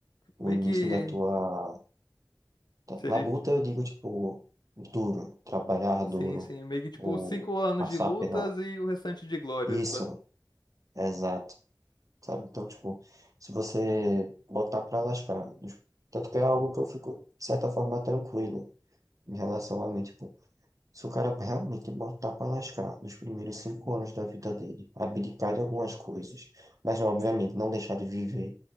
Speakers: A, on the right (about 50°); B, on the left (about 75°).
A: O
B: Meio
A: início
B: que
A: da tua... da-
B: seria,
A: Labuta eu digo, tipo, duro, trabalhar duro,
B: sim, sim, meio que, tipo,
A: ou
B: cinco anos
A: passar
B: de lutas
A: pela...
B: e o restante de glórias,
A: Isso, exato, sabe? Então, tipo, se você botar pra lascar, tanto que é algo que eu fico, de certa forma, tranquilo. em relação a mim, tipo, se o cara realmente botar pra lascar nos primeiros cinco anos da vida dele, abdicar de algumas coisas, mas obviamente não deixar de viver,